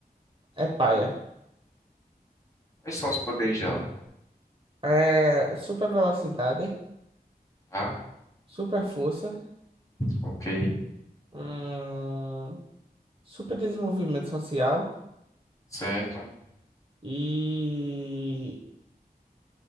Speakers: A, on the right; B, on the left.
A: É paia.
B: quais são os poderes dela?
A: É, super velocidade,
B: Tá?
A: super força,
B: Ok,
A: hum, super desenvolvimento social
B: certo.
A: e,